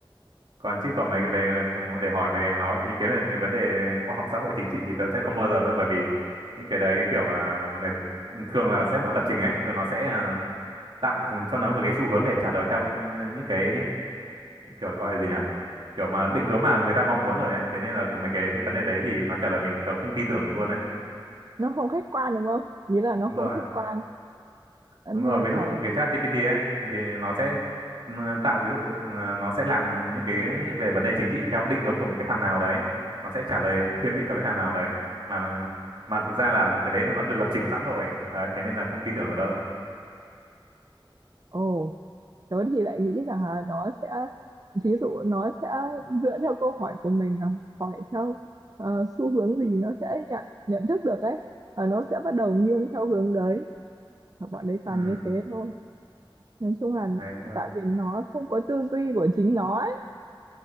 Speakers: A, on the right; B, on the right.
A: Còn chứ còn mấy cái về để hỏi về nó ý kiến về cái vấn đề khoa học xã hội chính trị thì tớ sẽ không bao giờ luôn bởi vì những cái đấy kiểu à, người thường là sẽ bọn lập trình ấy, thường nó sẽ ờ, tạo cho nó một cái xu hướng để trả lời theo những cái kiểu gọi là gì nhỉ kiểu mà định hướng mà người ta mong muốn rồi ấy thế nên là mấy cái vấn đề đấy thì nó trả lời mình tớ không tin tưởng được luôn đấy
B: nó không khách quan đúng không nghĩa là nó
A: đúng
B: không
A: rồi
B: khách quan Cho
A: đúng
B: nên
A: rồi ví dụ
B: là
A: cái chat GPT ấy thì nó sẽ ừ, tạo ví dụ ừ, nó sẽ làm những cái về vấn đề chính trị theo định hướng của một cái thằng nào đấy nó sẽ trả lời thiên vị cho cái thằng nào đấy mà nó- mà thực ra là cái đấy là nó được lập trình sẵn rồi đấy thế nên là không tin tưởng ở đâu
B: ồ tớ thì lại nghĩ rằng là nó sẽ ví dụ nó sẽ dựa theo câu hỏi của mình là hỏi theo ờ, xu hướng gì nó sẽ nhận nhận thức được ấy và nó sẽ bắt đầu nghiêng theo hướng đấy và bọn đấy toàn
A: ừ
B: như thế thôi nói chung là
A: đấy đúng rồi
B: tại vì nó không có tư duy của chính nó ấy